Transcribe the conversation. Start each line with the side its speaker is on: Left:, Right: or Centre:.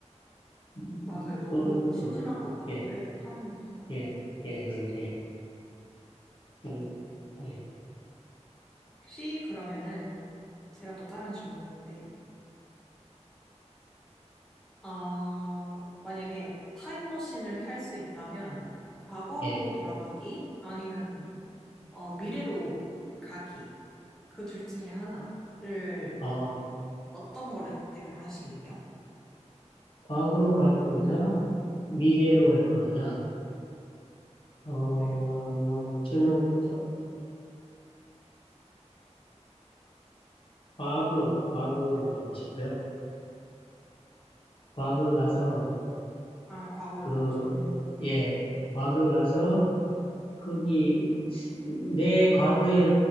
Left: 음, 음,
Centre: 맞아요. 너무
Left: 먹을 것도
Centre: 심심할
Left: 없고,
Centre: 것 같기도
Left: 예.
Centre: 해요. 사람이 없으니까.
Left: 예, 예, 예, 예, 예, 예,
Centre: 혹시 그러면은, 제가 또 다른 질문이 있는데, 아, 만약에 타임머신을 탈 수 있다면, 과거로
Left: 예.
Centre: 돌아가기? 아니면 어, 미래로 가기. 그 둘 중에 하나를
Left: 아,
Centre: 어떤 거를 선택을 하실래요?
Left: 과거로 갈 거냐, 미래로 갈 거냐? 어,
Centre: 네.
Left: 저는 과거, 과거로 가고 싶어요. 과거 가서
Centre: 아, 과거로
Left: 그,
Centre: 가고 싶으세요?
Left: 예, 과거 가서 거기 내 과거의